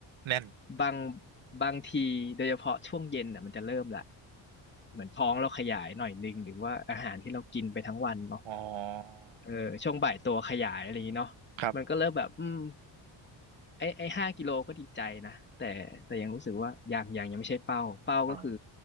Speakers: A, on the right; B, on the left.
A: แน่น
B: บางบางทีโดยเฉพาะช่วงเย็นอ่ะมันจะเริ่มละเหมือนท้องเราขยายหน่อยนึงหรือว่าอาหารที่เรากินไปทั้งวันเนาะ
A: อ๋อ
B: เออช่วงบ่ายตัวขยายอะไรอย่างนี้เนาะมันก็เริ่มแบบอืม
A: ครับ
B: ไอ้ไอ้ห้ากิโลก็ดีใจนะแต่แต่ยังรู้สึกว่ายังยังยังไม่ใช่เป้าเป้าก็คือ
A: อ๋อ